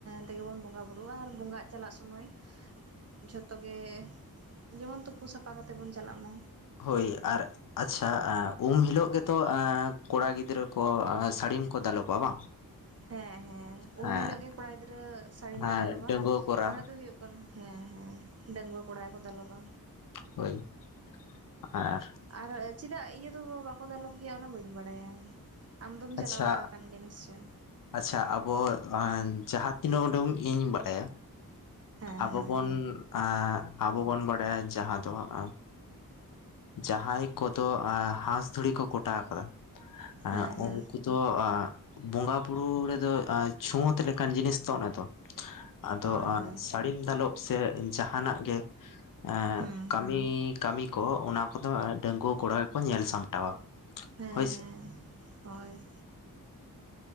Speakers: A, on the right; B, on the left.
A: ᱛᱮᱜᱮ ᱵᱚᱱ ᱵᱚᱸᱜᱟ ᱵᱩᱨᱩᱜᱼᱟ ᱟᱨ ᱵᱚᱸᱜᱟᱜ ᱪᱟᱞᱟᱜ ᱥᱚᱢᱚᱭ ᱡᱷᱚᱛᱚ ᱜᱮ ᱡᱮᱢᱚᱱ ᱛᱩᱯᱩ ᱥᱟᱯᱷᱟ ᱠᱟᱛᱮ ᱵᱚᱱ ᱪᱟᱞᱟᱜ ᱢᱟ᱾
B: ᱦᱳᱭ ᱟᱨ ᱟᱪᱪᱷᱟ, ᱩᱢ ᱦᱤᱞᱳᱜ ᱜᱮᱛᱚ ᱠᱚᱲᱟ ᱜᱤᱫᱽᱨᱟᱹ ᱠᱚ ᱥᱟᱹᱲᱤᱢ ᱠᱚ ᱫᱟᱞᱚᱵᱟ, ᱵᱟᱝ?
A: ᱦᱮᱸ ᱦᱮᱸ ᱩᱢ
B: ᱦᱮᱸ
A: ᱦᱤᱞᱳ ᱜᱮ ᱠᱚᱲᱟ ᱜᱤᱫᱽᱨᱟᱹ ᱥᱟᱹᱲᱤᱢ
B: ᱦᱮᱸ
A: ᱠᱚ ᱫᱟᱞᱚᱵᱟ
B: ᱰᱟᱺᱜᱩᱣᱟᱹ ᱠᱚᱨᱟ
A: ᱚᱱᱟ ᱫᱚ ᱦᱩᱭᱩᱜ ᱠᱟᱱᱟ ᱦᱮᱸ ᱦᱮᱸ ᱰᱟᱺᱜᱽᱣᱟᱹ ᱠᱚᱲᱟ ᱜᱮᱠᱚ ᱫᱟᱞᱚᱵᱟ᱾
B: ᱦᱳᱭ, ᱟᱨ
A: ᱟᱨ ᱪᱮᱫᱟᱜ ᱤᱭᱟᱹ ᱫᱚ ᱵᱟᱠᱚ ᱫᱟᱞᱚᱵ ᱜᱮᱭᱟ ᱚᱱᱟ ᱵᱟᱹᱧ ᱵᱟᱰᱟᱭᱟ ᱟᱢᱫᱚᱢ ᱪᱟᱞᱟᱣ
B: ᱟᱪᱪᱷᱟ
A: ᱵᱟᱲᱟ ᱟᱠᱟᱱ ᱜᱮᱭᱟ ᱱᱤᱥᱪᱚᱭ
B: ᱟᱪᱪᱷᱟ ᱟᱵᱚ ᱡᱟᱦᱟᱸ ᱛᱤᱱᱟᱹᱜ ᱳᱰᱳᱝ ᱤᱧ ᱵᱟᱰᱟᱭᱟ
A: ᱦᱮᱸ
B: ᱟᱵᱚ
A: ᱦᱮᱸ
B: ᱵᱚᱱ ᱟ ᱟᱵᱚ ᱵᱚᱱ ᱵᱟᱰᱟᱭᱟ ᱡᱟᱦᱟᱸ ᱫᱚ ᱟᱸᱼᱼ ᱡᱟᱦᱟᱸᱭ ᱠᱚᱫᱚ ᱮᱸ ᱦᱟᱸᱥ ᱫᱷᱩᱲᱤ ᱠᱚ ᱠᱚᱴᱟ ᱠᱟᱫᱟ ᱮᱸᱻ
A: ᱦᱮᱸ ᱦᱮᱸ
B: ᱩᱱᱠᱩ ᱛᱚ ᱮᱸᱻ ᱵᱚᱸᱜᱟ ᱵᱩᱨᱩ ᱨᱮᱫᱚ ᱪᱷᱩᱸᱣᱟᱹᱛ ᱞᱮᱠᱟᱱ ᱡᱤᱱᱤᱥ ᱛᱚ ᱚᱱᱮ ᱛᱚ ᱟᱫᱚ
A: ᱦᱳᱭ ᱦᱳᱭ
B: ᱥᱟᱹᱲᱤᱢ ᱫᱟᱞᱚᱵ ᱥᱮ ᱡᱟᱦᱟᱸᱱᱟᱜ ᱜᱮ ᱟᱸ
A: ᱦᱩᱸ
B: ᱠᱟᱹᱢᱤᱼᱼ ᱢᱤ ᱠᱟᱹᱢᱤ ᱠᱚ ᱚᱱᱟ ᱠᱚᱫᱚ ᱰᱟᱺᱜᱩᱣᱟᱹ ᱠᱚᱲᱟ ᱜᱮᱠᱚ ᱧᱮᱞ ᱥᱟᱢᱴᱟᱣᱟ
A: ᱦᱮᱸ
B: ᱦᱳᱭ
A: ᱦᱮᱸ
B: ᱥᱮ
A: ᱦᱚᱭ